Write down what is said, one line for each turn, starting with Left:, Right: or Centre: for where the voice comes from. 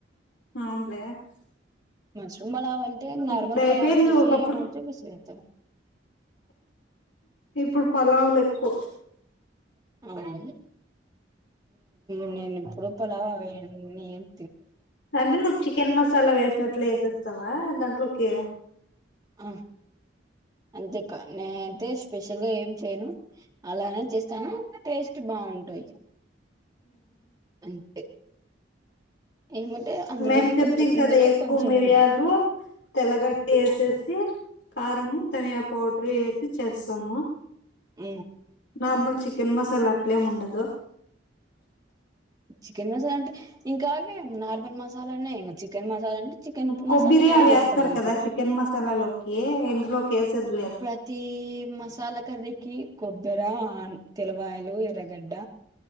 Left: ఆమ్ బ్లాక్
Right: మష్రూమ్ మాలావ్ అంటే నార్మల్
Left: ఇప్పుడు అయిపోయింది
Right: పలావ్ చేసే
Left: ఒకప్పుడు
Right: మంచిగా మిససైతారు
Left: ఇప్పుడు పలావులేకు
Right: హుహూ <inaudible> నేను ఎప్పుడు పలావ్ వేయను నీన్
Left: అంటే నువ్వు చికెన్ మసాలా వేసినట్లు వేసేస్తావా దాంట్లోకే
Right: ఆ అంతే నేనతే స్పెషల్ గా ఏం చేయను అలానే చేస్తాను టేస్ట్ బాగుంటాయి అంతే ఏమంటే అందులోకి
Left: మేము చెప్తాం
Right: కొంచెం
Left: కదా
Right: ఇందులోకి
Left: ఎక్కువ
Right: కొంచెము
Left: మిరియాలు తెల్లగడ్డ వేసేసి కారంము ధనియా పౌడరు వేసి చేస్తాము
Right: అ
Left: మామూలుగా చికెన్ మసాలా ఆటలేముండదు
Right: చికెన్ మసాలా అంటే ఇంకా అవి నార్ మసాలానే ఇంకా చికెన్ మసాలా అంటే చికెన్
Left: కొబ్బరి
Right: మసాలా పొడి
Left: అవి
Right: వేస్తారు అంతే
Left: కదా చికెన్ మసాలాలోకి ఇందులోకి వేసేది లేదు
Right: ప్రతి మసాలా కర్రకి కొబ్బరి తెలవాయలు ఎర్రగడ్డ